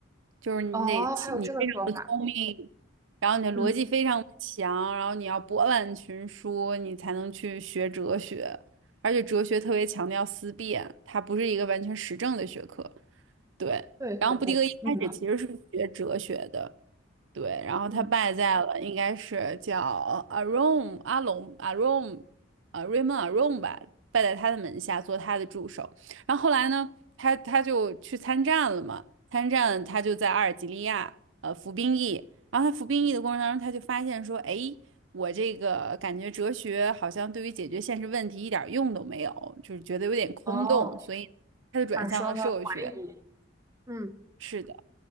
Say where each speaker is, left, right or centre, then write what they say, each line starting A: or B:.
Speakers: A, on the right; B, on the right.
A: 就是你得你非常的聪明，
B: 哦，还有这个说法，
A: 然后你的逻辑非常强，
B: 嗯
A: 然后你要博览群书，你才能去学哲学，而且哲学特别强调思辨，它不是一个完全实证的学科，对。
B: 对对对，
A: 然后布迪厄一开始其实是学哲学的。
B: 嗯，
A: 对，然后他败在了，
B: 嗯
A: 应该是叫阿 r o m 阿龙 Arom 呃 r a y m 吧，败在他的门下做他的助手。然后后来呢，他他就去参战了嘛，参战他就在阿尔及利亚呃服兵役，然后他服兵役的过程当中，他就发现说，哎，我这个感觉哲学好像对于解决现实问题一点儿用都没有，就是觉得有点空洞，
B: 哦，
A: 所以他就转向了社会学。
B: 产生了怀疑，嗯
A: 是的。